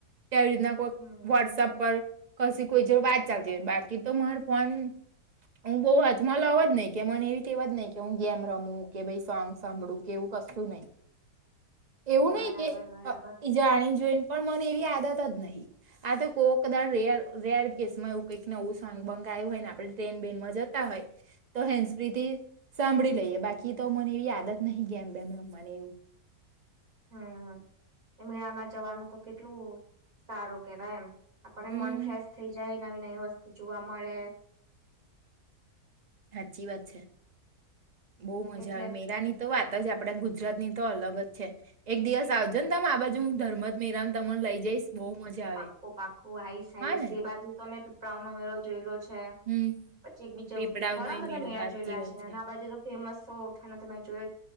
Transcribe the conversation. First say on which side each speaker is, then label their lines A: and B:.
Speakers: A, on the right (about 35°); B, on the right (about 60°).
A: કેવી રીતના કોઈ
B: હમ
A: વોટ્સઅપ પર કછી કોઈ જો વાત ચાલતી હોય બાકી તો મારો ફોન હું બઉુ હાથમાં લવાજ નઈ કે મને એવી કેવા જ નહી કે હું ગેમ રમું કે ભ સોંગ સાંભળું કેવું કશું નહી એવું
B: બરાબર
A: નહીિ કે
B: બરાબર.
A: એ જાણી જોઈને પણ મને એવી નહી આ તો કો ક રે રેર કેસમાં એવું કઈકને એવું બંગાયું હોય ને આપડે બેનમાં જતા હોય તો હેન્સપથી સાંભળી લઈએ બાકી તો મને એવી આદત નહીં ગ બેમ રમને એવું
B: હમ મેળામાં જવાનું તો કેટલું સારું કેવાય એમ આપણને
A: હમ
B: મન ફ્રેશ થઈ જાય નવી નવી વસ્તુ જોવા મળે
A: સાચી વાત છે બહુ મજા
B: એટલે
A: આવે મેરા ની તો વાત જ આપડ ગુજરાત ની તો અલગ જ છે એક દિવસ આવજો ને તમે આ બાજુ હું ધર્મત મિરામ તમને લઈ જઈશ બહુ મજા આવે
B: પાકો પાકો આઈશ આઈશ
A: હા ને
B: એ બાજુ તમે પીપળાઓ નો મેળો જોઈ લો પછી
A: હમ
B: એક બીજો
A: પીપળાવ
B: ઘણા
A: નો
B: બધા
A: મેળો
B: મેળા
A: સાચી
B: જોયેલા
A: વાત
B: છે અને આ બાજુ તો ફેમસ સૌથાને તમે જોય